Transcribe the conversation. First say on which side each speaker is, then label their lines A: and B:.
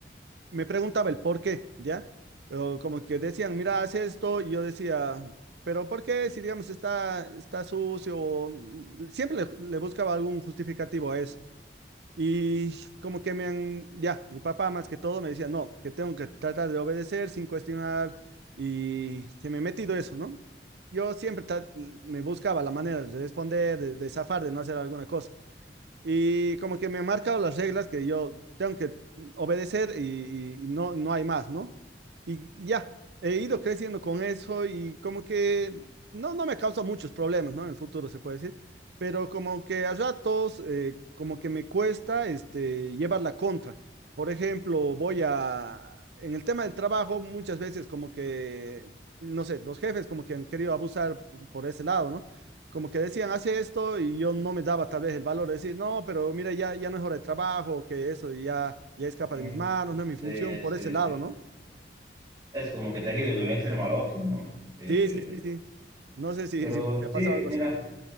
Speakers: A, on the right (about 70°); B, on the right (about 25°).
A: me preguntaba el por qué, ¿ya? O como que decían, mira, haz esto, y yo decía, pero ¿por qué? Si, digamos, está, está sucio, o- siempre le, le buscaba algún justificativo a eso. Y como que me han, ya, mi papá más que todo me decía, no, que tengo que tratar de obedecer sin cuestionar, y se me ha metido eso, ¿no? Yo siempre tra- me buscaba la manera de responder, de, de zafar, de no hacer alguna cosa. Y como que me han marcado las reglas que yo tengo que obedecer y, y no, no hay más, ¿no? Y ya, he ido creciendo con eso y como que no, no me causa muchos problemas, ¿no? En el futuro se puede decir, pero como que a ratos, eh, como que me cuesta este, llevar la contra. Por ejemplo, voy a, en el tema del trabajo, muchas veces como que, no sé, los jefes como que han querido abusar por ese lado, ¿no? como que decían, hace esto y yo no me daba tal vez el valor de decir, no, pero mira, ya, ya no es hora de trabajo, que eso ya, ya escapa
B: Mm,
A: de mis manos, no es mi función,
B: Sí,
A: por
B: sí,
A: ese lado,
B: sí.
A: ¿no?
B: Es como que te has ido de un extremo al otro, ¿no? Eh,
A: Sí, sí, sí, sí. No sé si,
B: pero
A: si te ha pasado
B: sí,
A: algo
B: mira,
A: así.